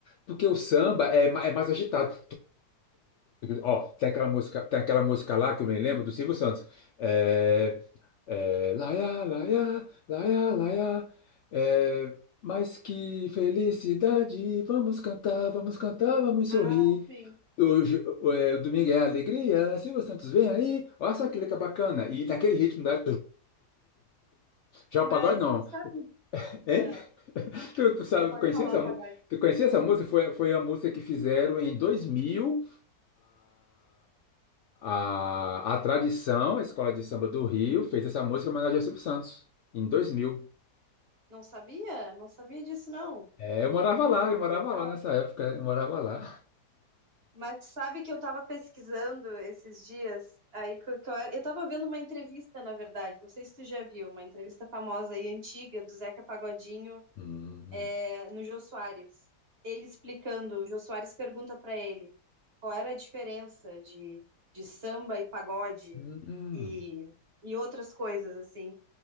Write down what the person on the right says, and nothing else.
Ah, sim.
Mas,
sabe?
Ah,
pode
falar
do
pagode.
Não sabia? Não sabia disso, não.
Legal.
Mas sabe que eu tava pesquisando esses dias, aí que eu, que eu era- eu tava vendo uma entrevista, na verdade, não sei se tu já viu, uma entrevista famosa e antiga do Zeca Pagodinho,
eh, no Jô Soares. Ele explicando, o Jô Soares pergunta pra ele qual era a diferença de, de samba e pagode
e, e outras coisas, assim.